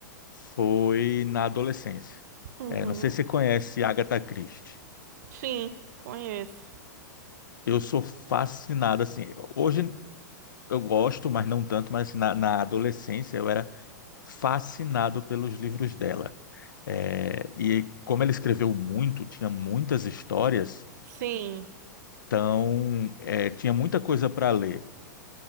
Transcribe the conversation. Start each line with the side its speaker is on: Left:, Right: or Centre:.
Left: foi na adolescência.
Right: Uhum.
Left: É, não sei se você conhece Agatha Christie.
Right: Sim, conheço.
Left: Eu sou fascinado, assim. Hoje eu gosto, mas não tanto, mas na, na adolescência eu era fascinado pelos livros dela. É, e como ela escreveu muito, tinha muitas histórias.
Right: Sim,
Left: Então, é, tinha muita coisa para ler.